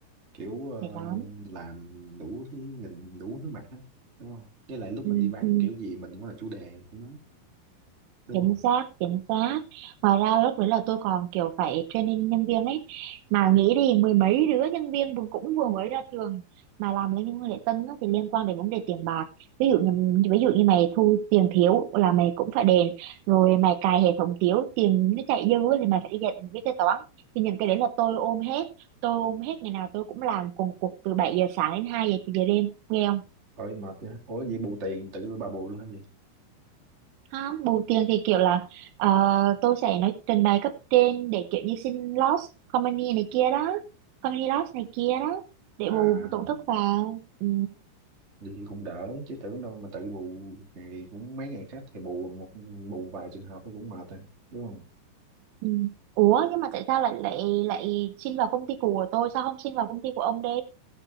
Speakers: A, on the right (about 45°); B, on the right (about 80°).
A: kiểu ờ,
B: mệt lắm.
A: làm đủ thứ nhìn đủ thứ mặt hết đúng không với lại lúc
B: Ừ,
A: mình đi vắng
B: ừ.
A: kiểu gì mình cũng là chủ đề của nó đúng
B: chính
A: không
B: xác chính xác ngoài ra lúc đấy là tôi còn kiểu phải training nhân viên ấy mà nghĩ đi mười mấy đứa nhân viên vừa- cũng vừa mới ra trường mà làm lên những lễ tân á thì liên quan đến vấn đề tiền bạc ví dụ như ví dụ như mày thu tiền thiếu là mày cũng phải đền rồi mày cài hệ thống thiếu tiền nó chạy dư á thì mày phải đi dạy tính viết kế toán thì những cái đấy là tôi ôm hết tôi ôm hết ngày nào tôi cũng làm cùng cuộc từ 7 giờ sáng đến 2 giờ, giờ đêm nghe
A: ôi mệt ha ủa vậy bù tiền tự bà bù luôn hay gì
B: không bù tiền thì kiểu là ờ, tôi sẽ nói trình bày cấp trên để kiểu như xin loss company này kia đó company loss này kia đó để
A: à
B: bù tổn thất vào ừ,
A: vậy thì cũng đỡ chứ tưởng đâu mà tự bù ngày cũng mấy ngày khách thì bù một bù vài trường hợp thì cũng mệt rồi đúng không
B: ừ. ủa nhưng mà tại sao lại lại lại xin vào công ty của tôi sao không xin vào công ty của ông đi